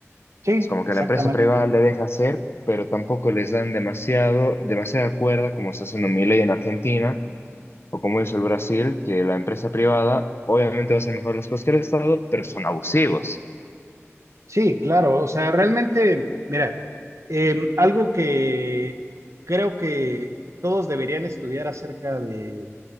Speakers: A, on the right (about 75°); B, on the left (about 55°).
A: Sí,
B: Es como
A: exactamente.
B: que la empresa privada le deja hacer, pero tampoco les dan demasiado, demasiada cuerda, como está haciendo Milei en Argentina, o como hizo el Brasil, que la empresa privada obviamente va a hacer mejor las cosas que el Estado, pero son abusivos.
A: Sí, claro. O sea, realmente, mira. Eh, algo que creo que todos deberían estudiar acerca de,